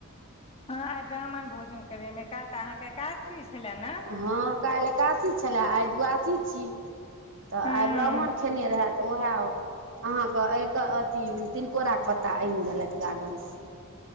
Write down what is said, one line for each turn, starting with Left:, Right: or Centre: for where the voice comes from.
Left: हँ आइ ब्राह्मण भोजन करे मे काल तऽ अहाँकेँ काजी छले ने
Right: हँ, काल्हि एकासी छले आइ दुआसी छी तऽ
Left: हँ
Right: आइ ब्राह्मण खेने रहत। तऽ ओएह अहाँकेँ अथी तिलनकोराके पत्ता आनि देलथि गार्डनसँ